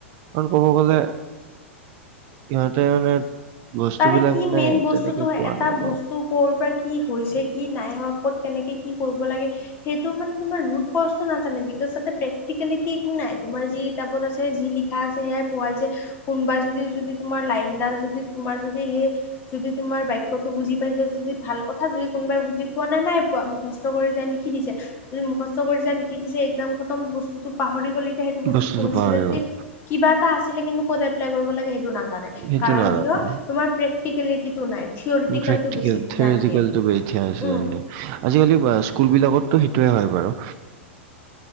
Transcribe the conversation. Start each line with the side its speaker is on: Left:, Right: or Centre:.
Right: <unintelligible> কব গলে ইহঁতে মানে বস্তুবিলাক
Left: তাৰে কি
Right: মানে
Left: মেইন বস্তুটো
Right: তেনেকে
Left: হয়
Right: পোৱা
Left: এটা
Right: নাই
Left: বস্তু
Right: ন।
Left: ক'ৰ পৰা কি হৈছে, কি নাই হোৱা, ক'ত কেনেকে কি কৰিব লাগে সেইটো মানে তোমাৰ ৰোড ক্ৰচটো নাজানে বিকজ তাতে প্ৰেক্টিকেলিটি একো নাই তোমাৰ যি কিতাপত আছে যি লি- তাছত সেয়াই পঢ়াইছে কোনোবাই যদি যদি তোমাৰ লাইনডাল যদি তোমাৰ যদি সেই যদি তোমাৰ বাক্যটো বুজি পাইছে যদি ভাল কথা, যদি কোনোবাই বুজি পোৱা না নাই পোৱা মুখস্থ কৰি যাই লিখি দিছে যদি মুখস্থ কৰি যাই লিখি দিছে একজাম খতম বস্তুটো পাহৰি গ'ল এতিয়া সেইটো বস্তু
Right: বস্তুটো
Left: পঢ়িছিলে
Right: পাহৰি
Left: যদি
Right: গ'ল
Left: কিবা এটা আছিলে কিন্তু ক'ত এপ্লাই কৰিব লাগে সেইটো নাজানে।
Right: সেইটো
Left: কাৰণ
Right: নাজানে।
Left: কিয় তোমাৰ প্ৰেক্টিকেলিটিটো নাই। থিয়ৰিটিকেলটো
Right: প্ৰেটিকেল
Left: বেছি ধ্যান
Right: থেৰেজিকেলটো
Left: দিয়ে
Right: <unintelligible>
Left: উম
Right: আজি-কালি স্কুল বিলাকততো সেইটোৱে হয় বাৰু।